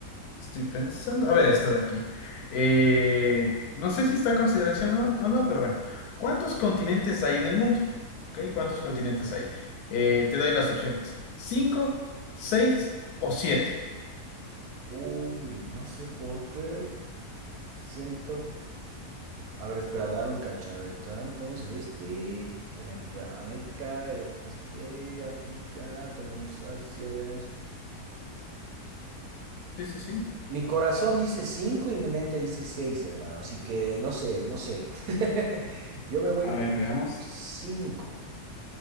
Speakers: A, on the left; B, on the right.
A: estoy pensando. A ver, esta de aquí. Eh, no sé si está a consideración o, o no, pero bueno. ¿Cuántos continentes hay en el mundo? Ok, ¿cuántos continentes hay? Eh, te doy las opciones. ¿Cinco, seis o siete?
B: Uy, no sé por qué siento. A ver, espera, dame un cacho. A ver, tan- tenemos este. Tenemos, bueno, América, eh, este, África, tenemos Asia, tenemos.
A: Sí, sí, sí.
B: Mi corazón dice 5 y mi mente dice 6, hermano. Así que no sé, no sé. <laughs> Yo me voy
A: A
B: a ir
A: ver, veamos.
B: por 5.